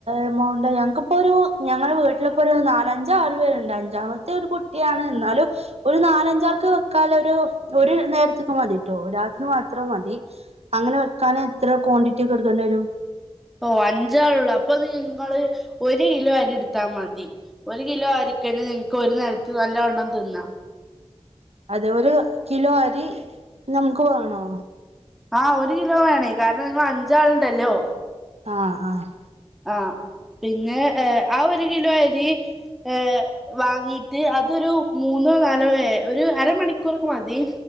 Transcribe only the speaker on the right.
എമൗണ്ട് ഞങ്ങക്കിപ്പൊരു ഞങ്ങളു വീട്ടില ഇപ്പൊരു നാലഞ്ചാറു പേരുണ്ട് അഞ്ചാമത്തെ ഒരു കുട്ടിയാണ് എന്നാലും ഒരു നാലഞ്ചാൾക്ക് വെക്കാൽ ഒരു ഒരു നേരത്തെ ക്ക് മതിട്ടോ രാത്രി മാത്രം മതി അങ്ങനെ വെക്കാൻ എത്ര ക്വാണ്ടിറ്റി എടുക്കേണ്ടി വരും
അതെ ഒരു കിലോ അരി നമുക്ക് വേണോ
ആഹ് ആഹ്